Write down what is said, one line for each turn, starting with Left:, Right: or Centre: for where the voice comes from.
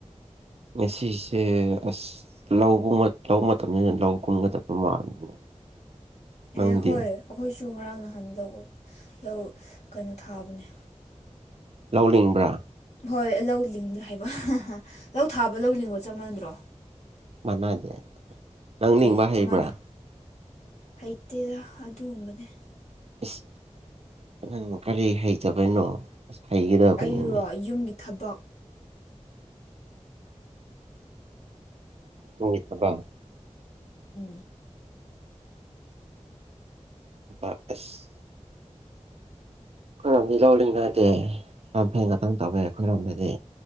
Right: ꯉꯁꯤꯁꯦ ꯑꯁ ꯂꯧꯒꯕ ꯂ ꯃꯇꯝꯅꯤꯅ ꯂꯧꯒꯨꯝꯒꯗꯕ ꯃꯥꯜꯂꯤꯅꯦ ꯅꯪꯗꯤ
Left: ꯑꯦ ꯍꯣꯏ ꯑꯩꯈꯣꯏꯁꯨ ꯉꯔꯥꯡ ꯅꯍꯥꯟ ꯂꯧ ꯂꯧ ꯀꯩꯅꯣ ꯊꯥꯕꯅꯦ
Right: ꯂꯧꯅꯤꯡꯕ꯭ꯔꯥ
Left: ꯍꯣꯏ ꯂꯧ ꯂꯤꯡꯕ ꯍꯥꯏꯕ ꯂꯧ ꯊꯥꯕ ꯂꯧ ꯂꯤꯡꯕ ꯆꯞ ꯃꯥꯟꯅꯗ꯭ꯔꯣ
Right: ꯃꯅꯗꯦ ꯅꯪ ꯅꯤꯡꯕ
Left: ꯀꯩ
Right: ꯍꯩꯕ꯭ꯔꯥ
Left: ꯀꯃꯥꯏꯅ ꯍꯩꯇꯦꯗ ꯑꯗꯨꯒꯨꯝꯕꯅꯦ
Right: ꯏꯁ ꯅꯪ ꯀꯔꯤ ꯍꯩꯇꯕꯅꯣ ꯁꯥꯏꯒꯦꯗꯕꯅꯤ
Left: ꯑꯩꯔꯣ ꯌꯨꯝꯒꯤ ꯊꯕꯛ
Right: ꯍꯗ
Left: ꯎ
Right: ꯑꯦꯁ ꯑꯩꯈꯣꯏꯔꯣꯝꯗꯤ ꯇꯧꯜꯂꯤꯉꯠꯇꯦ ꯌꯥꯝ ꯐꯦꯟ ꯈꯇꯪ ꯇꯧꯋꯦ ꯑꯩꯈꯣꯏꯔꯣꯝꯗꯗꯤ